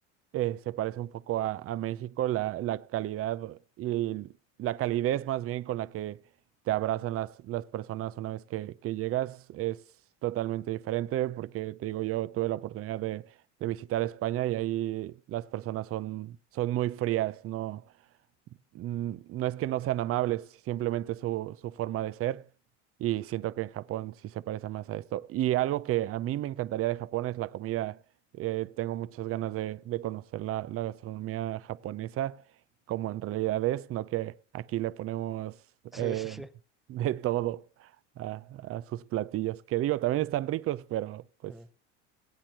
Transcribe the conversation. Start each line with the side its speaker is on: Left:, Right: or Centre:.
Right: eh, se parece un poco a, a México, la, la calidad y la calidez más bien con la que te abrazan las, las personas una vez que, que llegas es totalmente diferente porque te digo, yo tuve la oportunidad de, de visitar España y ahí las personas son, son muy frías, ¿no? mm, no es que no sean amables, simplemente su, su forma de ser. Y siento que en Japón sí se parece más a esto. Y algo que a mí me encantaría de Japón es la comida. Eh, tengo muchas ganas de, de conocer la, la gastronomía japonesa, como en realidad es, no que aquí le ponemos
Centre: Sí,
Right: eh,
Centre: sí, sí.
Right: <laughs> de todo a, a sus platillos, que digo, también están ricos, pero pues
Centre: Ujú.